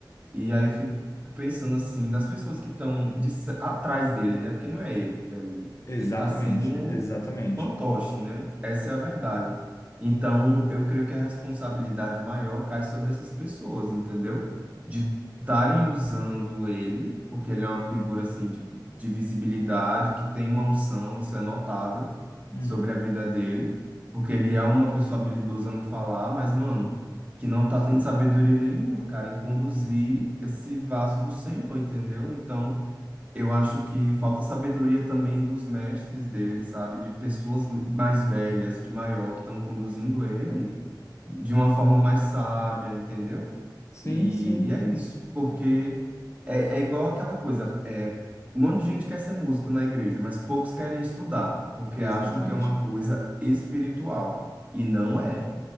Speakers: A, on the right; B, on the left.
A: E aí eu fico pensando, assim, das pessoas que estão atrás dele, né? Porque não é ele ali.
B: Exatamente,
A: Ele tá sendo um
B: exatamente.
A: fantoche, né? Essa é a verdade. Então, eu creio que a responsabilidade maior cai sobre essas pessoas, entendeu? De estarem usando ele, porque ele é uma figura assim de, de visibilidade, que tem uma unção, isso é notável
B: Uhum.
A: sobre a vida dele, porque ele é uma pessoa habilidosa no falar, mas, mano,
B: Sim,
A: que não tá tendo sabedoria nenhuma, cara, em conduzir esse vaso do Senhor, entendeu? Então, eu acho que falta sabedoria também dos mestres dele, sabe? De pessoas mais velhas, de maior, que estão conduzindo ele de uma forma mais sábia, entendeu?
B: sim,
A: E,
B: sim,
A: e é isso, porque é, é igual aquela coisa, é, um monte de gente quer ser músico na igreja, mas poucos querem estudar, porque
B: exatamente.
A: acham que é uma coisa espiritual, e não é